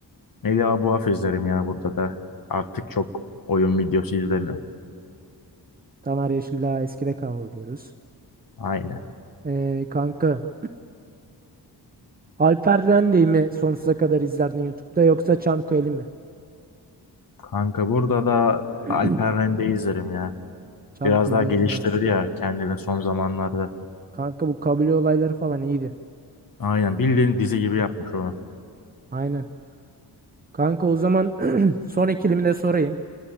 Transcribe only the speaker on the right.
Tamer Yeşildağ eskide kaldı diyoruz.
Ee, kanka <clears throat> Alper Rende'yi mi sonsuza kadar izlerdin YouTube'da yoksa Çanköy'ü mi?
<clears throat>
Çanköy'ü
izlemez.
Kanka bu kabile olayları falan iyiydi.
Aynen. Kanka o zaman <clears throat> son ikilimi de sorayım.